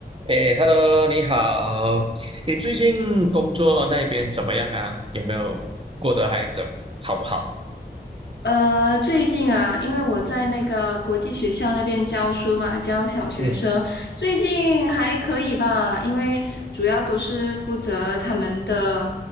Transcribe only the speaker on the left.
呃，最近啊，因为我在那个国际学校那边教书嘛，教小学生，
最近还可以吧，因为主要都是负责他们的